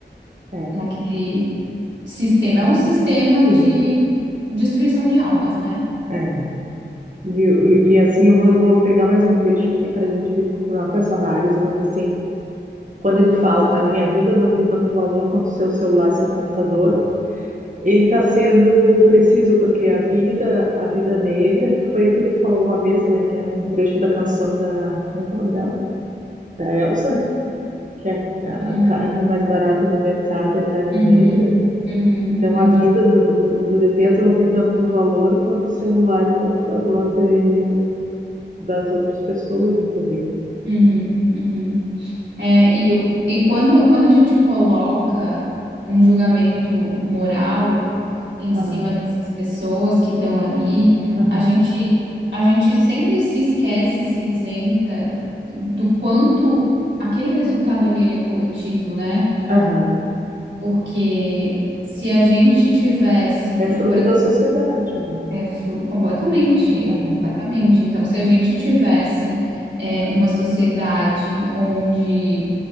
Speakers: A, on the right (about 45°); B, on the right (about 80°).
A: é.
B: Naquele sistema. É um sistema
A: Sim,
B: de destruição de almas, né?
A: é. E, e assim eu vou, vou pegar mais um trecho aqui para a gente continuar com essa análise, mas assim, quando ele fala, a minha vida não tem tanto valor quanto o seu celular, seu computador, Ele está sendo preciso porque a vida, a vida negra, que foi aquilo que tu falou uma vez, né? Que é um trecho da canção da, como é que é o nome dela? Da Elsa, que é a,
B: Uhum,
A: a carne mais barata do mercado é carne
B: uhum,
A: negra, né?
B: uhum,
A: Então
B: uhum,
A: a vida do, do, do detento não tem tanto valor quanto o celular e o computador de- das outras pessoas, entendeu?
B: uhum, uhum. É, e, eu- e quando, quando a gente coloca um julgamento moral em
A: Aham,
B: cima dessas pessoas que estão ali,
A: aham,
B: a gente, a gente sempre se esquece, se isenta do quanto aquele resultado ali ele é coletivo, né?
A: aham.
B: Porque se a gente tivesse,
A: É fruto
B: por
A: da sociedade, né?
B: é, fru- completamente,
A: É.
B: completamente. Então, se a gente tivesse é, uma sociedade onde